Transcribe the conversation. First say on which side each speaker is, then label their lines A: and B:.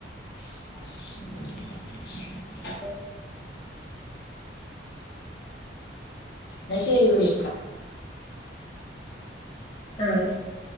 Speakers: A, on the left (about 70°); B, on the left (about 25°).
A: <inaudible>
B: <inaudible>
A: ന്നാ ശെരി വിളിക്കാ
B: ആഹ് ശെരി